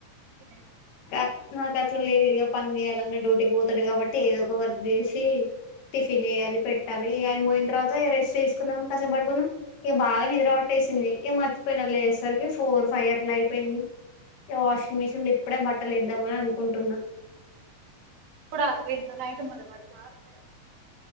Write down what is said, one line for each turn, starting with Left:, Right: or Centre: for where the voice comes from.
Right: తినేసి
Left: క నాకు అట్లా లేదు ఇగ పని చెయ్యాలి అన్న డ్యూటీకి పోతాడు కాబట్టి ఏదో ఒక వర్క్ చేసి టిఫిన్ జేయాలి పెట్టాలి ఆయన పోయిన తర్వాత రెస్ట్ చేసుకుందామని కష్టపడుకున్నాం ఇక బాగా నిద్ర పట్టేసింది ఏ మర్చిపోయినా లేేసేసరికి ఫోర్ ఫైవ్ అట్లా అయిపోయింది ఇక వాషింగ్ మెషిన్ తిప్ ఇప్పుడే బట్టలేద్దామని అనుకుంటున్నా
Right: ఇప్పుడాక్క ఇంత నైటు మరి బట్టలు ఆరుతయ